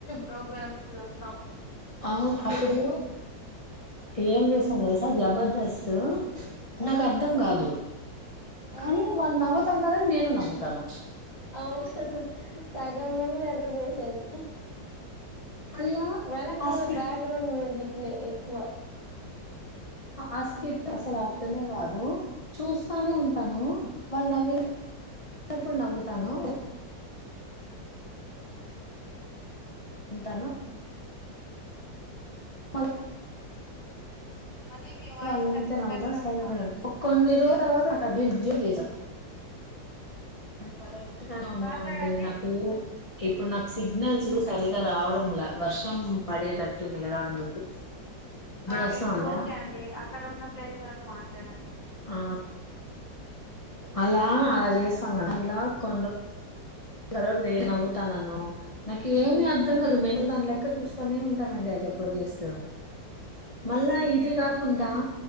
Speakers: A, on the left; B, on the left.
A: ప్రోగ్రామ్స్ చస్తాము
B: అవును అప్పుడు ఏం చేసాం తెలుసా జబర్దస్త్ నాకు
A: ఉమ్,
B: అర్థం కాదు
A: ఉహు
B: కానీ వాళ్ళు నవత న్నారని నేను నవ్వతను
A: అవు సగం మంది అదే చేసేది
B: మళ్ళా
A: వెనకాల
B: ఆ స్కిట్
A: బ్యాక్గ్రౌండ్ మ్యూజిక్లే ఎక్కువ
B: ఆస్క అసలు అర్థమే కాదు చూస్తానే ఉంటాను
A: ఉమ్
B: వాళ్ళు నవిన ఎన్నప్పుడు నవ్వుతాను ఉంటాను మ
A: మళ్ళీ మీ వాయిస్
B: వాళ్ళ నవితే
A: కట్
B: నవ్వతను
A: కట్
B: సైలెంట్గా
A: వస్తాంది
B: కొన్ని రోజు తర్వాత జ చేసాను కరెక్ట్ గానే ఉన్నానండి
A: మాట్లాడండి
B: నాకు ఇప్పుడు నాకు సిగ్నల్స్ సరిగా రావడంలా వర్షం పడేటట్టుంది కదా అందుకు
A: ఆ
B: వస్తా
A: ఇప్పుడు
B: ఉందా
A: ఓకే అండి అక్కడ ఉన్న ప్లేస్ లోనే మా సడి
B: ఆ అలా అలా చేస్తాము ఇంలా కొ జు ఏ నవ్వుతానన్నను నాకు ఏమి అర్థం కాదు మెండ దాని లెక్క చూస్తా కొనే ఉంటానండి ఆ జబర్దస్త్ మళ్ళా ఇది కాకుండా
A: ఉమ్